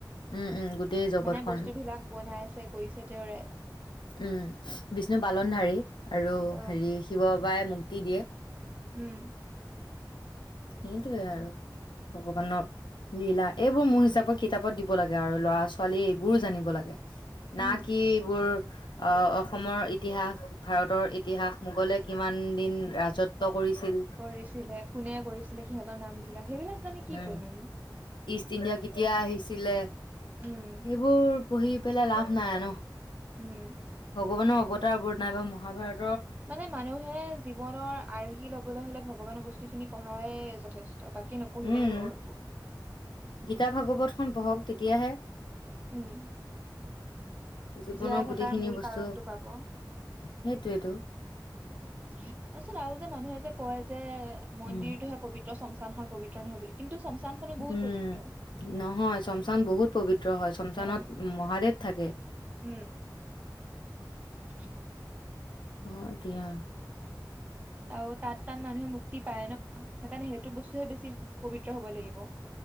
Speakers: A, on the left; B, on the right.
A: উম উম গোটেই জগতখন
B: মানে বস্তু বিলাক বনাইছে কৰিছে তেওঁৰে
A: উম বিষ্ণু পালনধাৰী আৰু
B: অ
A: হেৰি শিৱ বাবাই মু টি দিয়ে
B: উম
A: সেইটোৱে আৰু ভগৱানৰ লীলা এইবোৰ মোৰ হিচাপে কিতাপত দিব লাগে আৰু ল'ৰা ছোৱালী এইবোৰো জানিব লাগে না
B: উম
A: কি বোৰ অ অসমৰ ইতিহাস ভাৰতৰ ইতিহাস মোগলে কিমান দিন ৰাজত্ব কৰিছিল
B: কৰিছিলে কোনে কৰিছিলে সিহঁতৰ নাম বিলাক সেইবিলাক জানি কি
A: উম
B: কৰিম আমি
A: ইষ্ট ইণ্ডিয়া কেতিয়া আহিছিলে
B: উম
A: সেইবোৰ পহি পেলা লাভ নাই আ ন
B: উম
A: ভগৱানৰ অৱতাৰ বোৰ নাই বা মহাভাৰত
B: মানে মানুহে জীৱনৰ আৰ্হি লবলৈ হলে ভগৱানৰ বস্তুখিনি পঢ়াই যথেষ্ট বাকী নপঢ়িলেই
A: উম
B: হব একো
A: গীতা ভাগৱত খন পঢ়ক তেতিয়াহে
B: উম
A: জীৱনৰ
B: জীয়াই থকাৰ
A: গোটেইখিনি
B: মূল
A: বস্তু
B: কাৰণটো
A: সেইটোয়েইেতো
B: পাব তাৰপাছত আৰু যে মানুহে যে কয় যে মন্দিৰটোহে
A: উম
B: পৱিত্ৰ, চমচা চমচামখন পৱিত্ৰ নহ বুলি কিন্তু চমচানখনো বহুত
A: উম
B: পবিত্ৰ
A: নহয় চমচান বহুত পবিত্ৰ হয় চমচানত
B: অ
A: মহাদেৱ থাকে
B: উম <unintelligible>
A: অ এতিয়া
B: আৰু তাত তাত মানুহে মুক্তি পায় ন সেইকাৰণে সেইটো বস্তুহে বেছি পবিত্ৰ হব লাগিব।